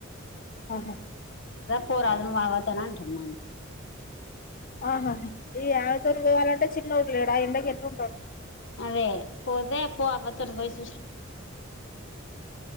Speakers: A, on the left; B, on the left.
A: ఆహా
B: పోరాదు నువ్ అవ్వతోన్ అంటడు నన్ను
A: ఆహా ఈ యామితూరు పోవాలంటే చిన్నోడు లేడు ఆ ఎండకి ఎట్లుంటాడు
B: అదే పోతే పో అవ్వ తోని పొయ్యి సు